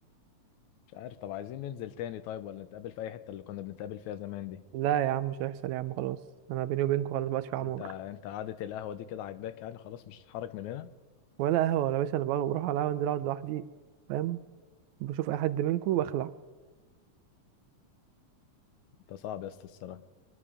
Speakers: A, on the left (about 80°); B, on the right (about 80°).
A: مش عارف طب عايزين ننزل تاني طيب ولا نتقابل في اي حته اللي كنا بنتقابل فيها زمان دي
B: لا يا عم مش هيحصل يا عم خلاص انا بيني وبينكم خلاص مبقاش في عمار
A: انت انت قعده القهوه دي كده عاجباك يعني خلاص مش هتتحرك من هنا
B: ولا قهوه ولا باشا انا بقى بروح على القهوه انزل اقعد لوحدي فاهم بشوف اي حد منكم بخلع
A: انت صعب يا اسطى الصراحه